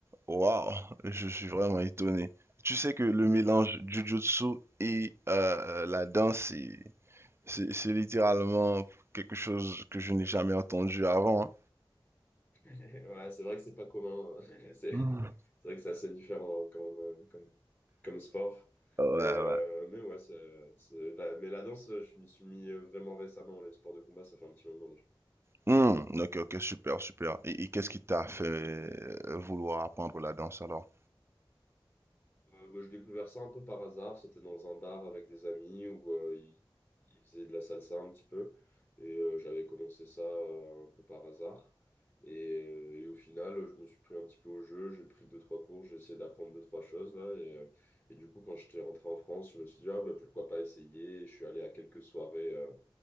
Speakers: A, on the right; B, on the left.
A: waouh, je suis vraiment étonné. Tu sais que le mélange jiu-jitsu et euh, la danse, c'est c'est- c'est littéralement quelque chose que je n'ai jamais entendu avant. hein.
B: <laughs> Ouais, c'est vrai que c'est pas commun. euh, <laughs> C'est
A: Hmm.
B: c'est vrai que c'est assez différent hein, comme, euh, comme, comme sport.
A: Ouais,
B: Mais, euh,
A: ouais.
B: mais ouais, c'est, c'est- la, mais la danse, je m'y suis mis euh, vraiment récemment. Les sports de combat, ça fait un petit moment
A: Hum, ok, ok, super, super. Et, et qu'est-ce qui t'a fait euh, vouloir apprendre la danse alors?
B: Euh, bah, j'ai découvert ça un peu par hasard. C'était dans un bar avec des amis où euh, ils, ils faisaient de la salsa un petit peu. Et euh, j'avais commencé ça euh, un peu par hasard. Et, euh, et au final, je me suis pris un petit peu au jeu. J'ai pris deux, trois cours. J'ai essayé d'apprendre deux, trois choses. Là, et, euh, et du coup, quand j'étais rentré en France, je me suis dit, ah, bah, pourquoi pas essayer. Je suis allé à quelques soirées euh,